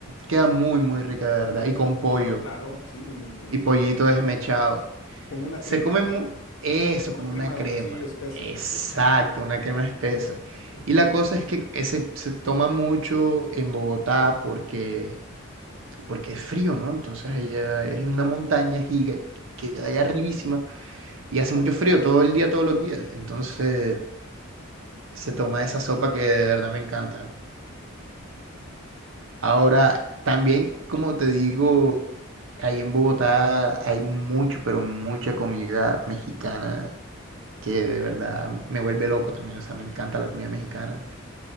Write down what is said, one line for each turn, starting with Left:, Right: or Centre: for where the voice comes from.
Right: queda muy, muy rica, de verdad.
Left: Acá,
Right: Y con pollo,
Left: no, no, claro, sí, me, me- me imagino.
Right: y pollito desmechado.
Left: Como una
Right: Se
Left: crema,
Right: come
Left: ¿no?
Right: mu- eso
Left: Una
Right: como
Left: crema
Right: una crema,
Left: así espesa.
Right: exacto,
Left: ¡Ay, qué rico!
Right: una crema espesa.
Left: ¡Qué rico!
Right: Y la cosa es que ese se toma mucho en Bogotá porque, porque es frío, ¿no? Entonces allá es en una montaña giga, queda allá arribísima Y hace mucho frío todo el día, todos los días. Entonces se toma esa sopa que de verdad me encanta. Ahora,
Left: Acá.
Right: también,
Left: Ah,
Right: como te digo, ahí en Bogotá hay mucho, pero mucha comida mexicana que de verdad me vuelve loco también. O sea, me encanta la comida mexicana.